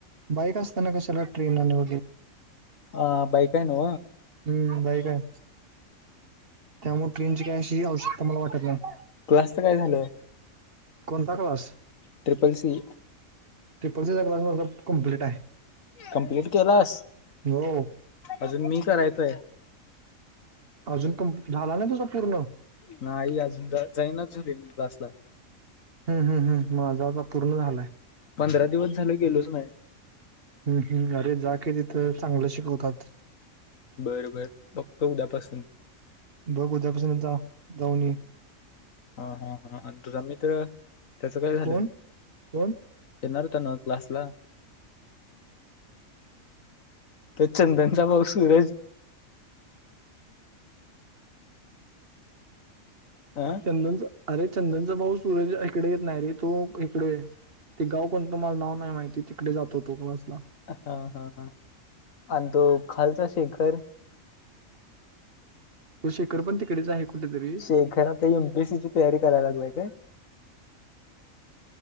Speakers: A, on the right; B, on the left.
A: बैक अस स्ताना क सल ट्रेन न
B: ह बाैक आहे न
A: हम्म बाईक आहे त्यामुळे ट्रेनची काय अशी आवश्यकता मला वाटत नाही
B: क्लासच काय झालं
A: कोणता क्लास
B: ट्रिपल सी
A: पेपरचाचा क्लास माझ कमप्लीट आहे
B: कम्प्लीट केलास
A: हो
B: अजून मी करायचंय
A: अजून क झाला नाही तुझं पूर्ण
B: नाही अजून जाईना ज रे क्लासला
A: हम् हम् हम् मग जवळ पूर्ण झालाय
B: पंधरा दिवस झाल गेलोच नाही
A: हम्म हम् अरे जा के तिथं चांगलं शिकवतात
B: बरबर बघ उद्यापासून
A: बघ उद्यापासूनता जाऊन
B: हा हा हा आणि तुझं म तर्र त्याच काय झालं
A: कोण कोण
B: येणार तण क्लासला तर चंदनचा भाग सूरज ह
A: चंदनच अरे चंदनचा भाऊ सूरज इकडे येत नाही रे तो इकड आहे ते गाव कोण तुम्हाला नाव नाही माहिती तिकडे जात हो तो कसला
B: हा हा ह आणि तो खालचा शेखर
A: त शेखर पण तिकडेच आहे कुठेतरी
B: शेखरात एमपीसीची तयारी कराय लागूय काय